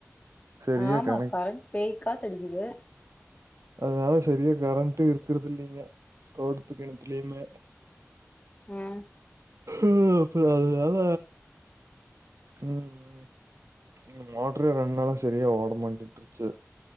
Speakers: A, on the right (about 75°); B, on the left (about 25°).
A: சரியா
B: ஆமா
A: கனெக்ட்
B: கரண்ட் பேய்க்காத்தடிக்கிது
A: அதனால சரிய கரண்ட்டு இருக்குறதுல்லீங்க தோட்டுத்து கென்த்துலியுமே
B: ஆ
A: ம் அப்ப அதுனால ம் இங்க மோட்டரே ரெண்ட் நாளா செரியா ஓட மாண்டிட்ருச்சு